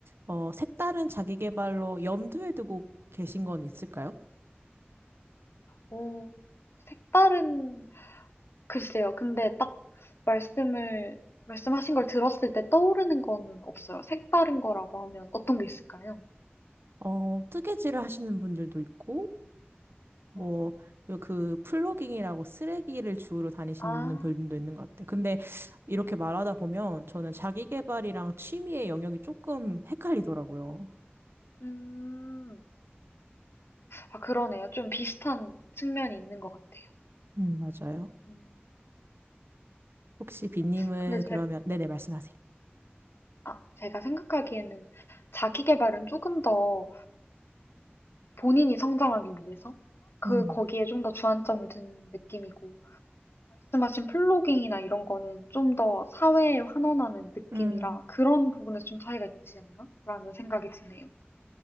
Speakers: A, on the right; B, on the left.
A: 어 색다른 자기 개발로 염두에 두고 계신 건 있을까요?
B: 오, 색다른, 글쎄요. 근데 딱 말씀을, 말씀하신 걸 들었을 때 떠오르는 거는 없어요. 색다른 거라고 하면 어떤 게 있을까요?
A: 어, 뜨개질을 하시는 분들도 있고, 뭐,
B: 어.
A: 그 플로깅이라고 쓰레기를 주우러 다니시는
B: 아,
A: 분도 있는 것 같아요. 근데 이렇게 말하다 보면 저는 자기 개발이랑 취미의 영역이 조금 헷갈리더라고요.
B: 음. 아, 그러네요. 좀 비슷한 측면이 있는 것 같아요.
A: 음, 맞아요.
B: 음.
A: 혹시 빈님은
B: 근데 제,
A: 그러면, 네네,
B: 네.
A: 말씀하세요.
B: 아, 제가 생각하기에는 자기 개발은 조금 더 본인이 성장하기 위해서 그,
A: 음.
B: 거기에 좀 더 주안점을 두는 느낌이고, 말씀하신 플로깅이나 이런 거는 좀 더 사회에 환원하는 느낌이라
A: 음.
B: 그런 부분에서 좀 차이가 있지 않나? 라는 생각이 드네요.